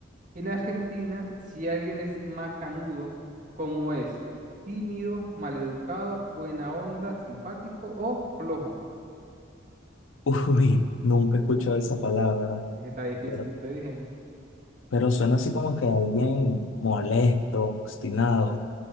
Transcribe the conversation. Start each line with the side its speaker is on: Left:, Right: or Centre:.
Right: En Argentina, si alguien es macanudo, ¿cómo es? Tímido, maleducado, buena onda, simpático o flojo.
Left: Uy, nunca he escuchado esa palabra,
Right: Es que está difícil,
Left: pero,
Right: yo te dije.
Left: pero suena así como que alguien molesto, obstinado.